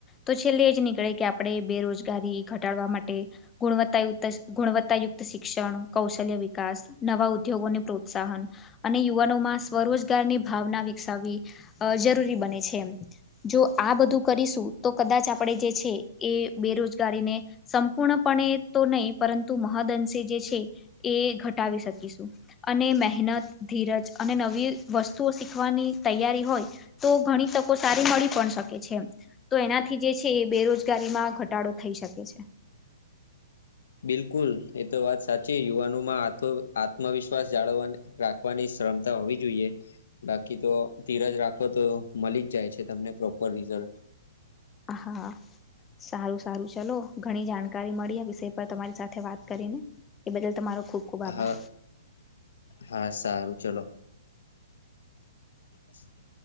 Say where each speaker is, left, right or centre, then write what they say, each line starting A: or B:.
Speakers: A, on the left; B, on the left.
A: તો છેલ્લે એ જ નીકળે કે આપડે બેરોજગારી ઘટાડવા માટે ગુણવત્તાયુક્ત સ, ગુણવત્તાયુક્ત શિક્ષણ કૌશલ્ય વિકાસ નવા ઉદ્યોગોને પ્રોત્સાહન અને યુવાનોમાં સ્વરોજગારની ભાવના વિકસાવવી અ જરૂરી બને છે એમ. જો આ બધું કરીશું તો કદાચ આપડે જે છે એ બેરોજગારીને સંપૂર્ણપણે તો નહી, પરંતુ મહદઅંશે જે છે એ ઘટાવી શકીશું. અને મહેનત, ધીરજ અને નવી વસ્તુઓ શીખવાની તૈયારી હોય તો ઘણી તક કો મળી પણ શકે છે એમ, તો એનાથી જે છે એ બેરોજગારીમાં ઘટાડો થઈ શકે છે.
B: બિલકુલ એ તો વાત સાચી યુવાનોમાં આત, આત્મવિશ્વાસ જાળવાને રાખવાની શ્રમતા હોવી જોઈએ, બાકી તો ધીરજ રાખો તો મલી જ જાય છે તમને પ્રોપર રિઝલ્ટ.
A: હા, સારું સારું ચલો ઘણી જાણકારી મળી આ વિષય પર તમારી સાથે થે વાત કરીને એ બદલ તમારો ખુબ ખુબ આભાર
B: હા, હા સારું ચલો. <unintelligible>